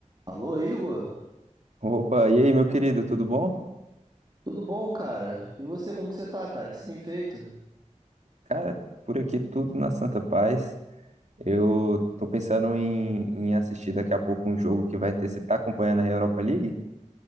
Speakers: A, on the right; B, on the right.
A: Alô, Igor?
B: Opa, e aí, meu querido, tudo bom?
A: Tudo bom, cara? E você, como que você tá, cara? O que você tem feito?
B: Cara, por aqui tudo na santa paz. Eu tô pensando em, em assistir daqui a pouco um jogo que vai ter. Você tá acompanhando a Europa League?